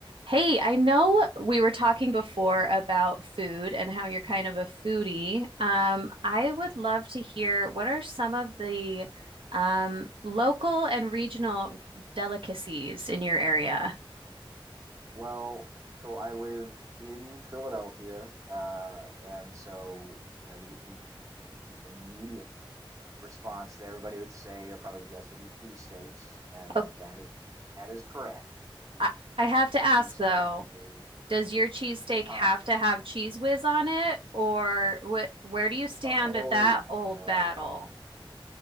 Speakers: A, on the right; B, on the right.
A: Hey, I know we were talking before about food and how you're kind of a foodie. Um, I would love to hear what are some of the um, local and regional delicacies in your area?
B: Well, so I live in Philadelphia, uh, and so you know the the the immediate response that everybody would say or probably guess would be cheesesteaks, and
A: Oh,
B: that is that is correct.
A: I, I have to ask
B: Cheesesteak
A: though,
B: is
A: does your cheesesteak
B: uh-huh.
A: have to have cheese whiz on it, or wh where do you stand
B: Oh
A: at that old
B: no.
A: battle?